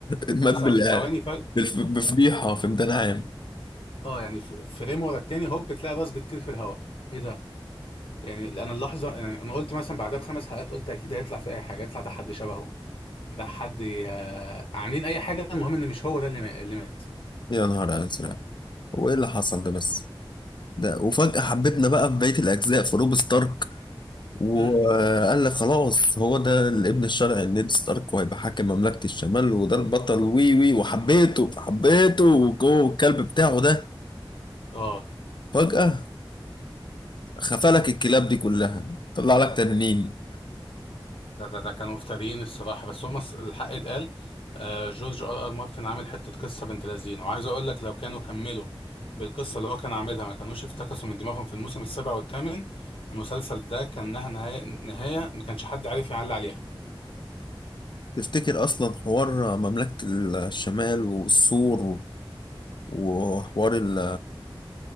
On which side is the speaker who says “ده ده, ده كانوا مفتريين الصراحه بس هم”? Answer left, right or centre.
Left